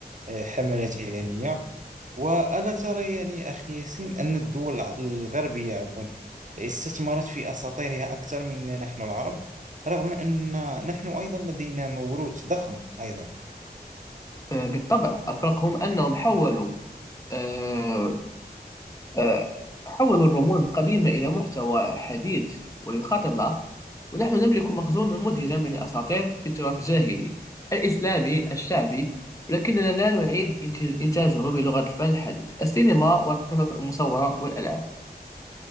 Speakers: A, on the right; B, on the left.
A: آه، حملات إعلانية وألا ترى يعني أخي ياسين أن الدول الع- الغربية عفوا استثمرت في أساطيرها أكثر منا نحن العرب رغم أن نحن أيضا لدينا موروث ضخم أيضا
B: آه، بالطبع الفرق هم أنهم حولوا آه، آه، حول الرموز القديمة إلى محتوى حديث ويخاطب العصر ونحن نملك مخزونا مذهلا من الأساطير في التراث الجاهلي الإسلامي الشعبي لكننا لا نعيد إنتاج- إنتاجه بلغة الفن الحديث السينما والقصص المصورة والألعاب